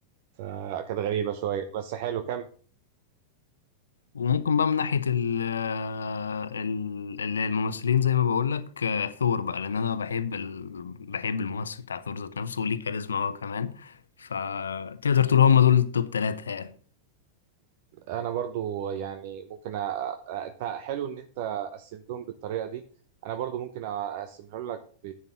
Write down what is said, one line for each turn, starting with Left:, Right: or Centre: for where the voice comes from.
Right: فكانت غريبه شويه بس حلو كمل
Left: وممكن بقى من ناحية ال آه، ال- ال- الممثلين زي ما بقولك آه، ثور بقى لأن أنا بحب ال... بحب الممثل بتاع ثور ذات نفسه وليه كاريزما هو كمان فتقدر تقول هما دول التوب تلاتة يعني
Right: انا برضو يعني ممكن أ... أ- انت حلو ان انت قسمتهم بالطريقه دي انا برضو ممكن أ- اقسمهم لك ب...